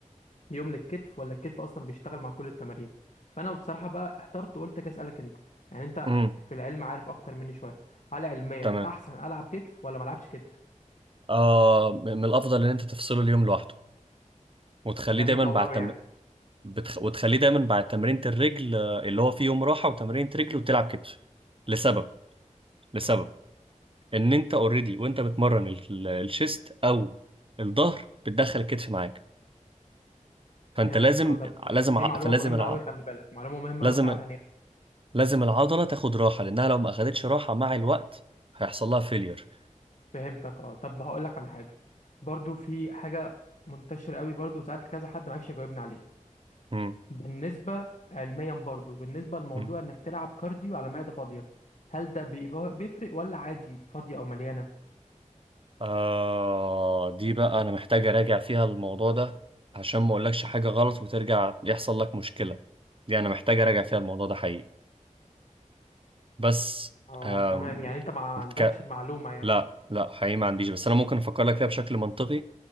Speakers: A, on the left; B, on the right.
A: يوم للكتف ولا الكتف اصلا بيشتغل مع كل التمارين فانا بصراحه بقى احترت وقلت اجي اسالك انت يعني انت
B: امم
A: في العلم عارف اكتر مني شويه هل علميا
B: تمام
A: احسن العب كتف ولا ما العبش كتف
B: آه م- من الافضل ان انت تفصله اليوم لوحده وتخليه
A: ده
B: دايما
A: بيطوره
B: بعد تم...
A: يعني
B: بتخ... وتخليه دايما بعد تمرينة الرجل آه، اللي هو فيه يوم راحة وتمرينة رجل وتلعب كتف لسبب لسبب ان انت اوريدي وانت بتمرن ال- ال- الشيست او الظهر بتدخل الكتف معاك فانت
A: فهمتك
B: لازم
A: اه طب
B: لازم
A: دي
B: ع-
A: معلومه
B: فلازم
A: مهمه
B: الع...
A: قوي خلي بالك معلومه مهمه
B: لازم
A: قوي فعلا
B: ال-
A: يعني
B: لازم العضله تاخد راحه لانها لو ما اخدتش راحه مع الوقت هيحصل لها فيلير
A: فهمتك اه طب هقول لك على حاجه برضو في حاجه منتشره قوي برضو سالت كذا حد ما عرفش يجاوبني عليها
B: مم.
A: بالنسبه علميا برضو بالنسبه لموضوع
B: مم.
A: انك تلعب كارديو على معده فاضيه هل ده بيف- بيفرق ولا عادي فاضيه او مليانه
B: آه دي بقى انا محتاج اراجع فيها الموضوع ده عشان ما اقولكش حاجه غلط وترجع يحصل لك مشكله دي انا محتاج اراجع فيها الموضوع ده حقيقي بس
A: اه
B: آم...
A: تمام يعني انت ما ما
B: بتك...
A: عندكش المعلومة يعني
B: لا لا حقيقي ما عنديش بس انا ممكن افكر لك فيها بشكل منطقي